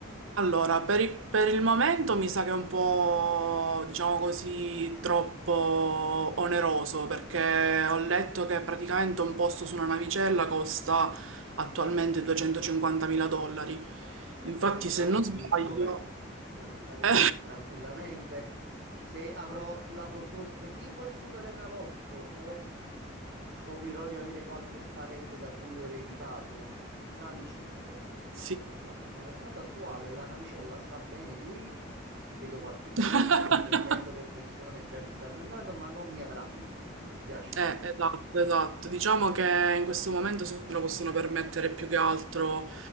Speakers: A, on the right; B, on the right.
A: Allora, per il, per il momento mi sa che è un po', diciamo così, troppo oneroso perché ho letto che praticamente un posto su una navicella costa attualmente 250.000 dollari.
B: e
A: Infatti,
B: può restare
A: se non
B: lì
A: sbaglio,
B: dov'è. Può restare
A: <laughs>
B: lì tranquillamente. Se avrò la fortuna, se vinco il Superenalotto o scoprirò di avere qualche parente da cui ho ereditato tali cifre, il pensiero
A: sì.
B: glielo faccio. Ma allo stato attuale la navicella sta bene lì. Vedo qualche video,
A: <laughs>
B: sono contento che persone già ci stanno andando, ma non mi avranno. Mi dispiace.
A: Eh, esatto, esatto. Diciamo che in questo momento se lo possono permettere più che altro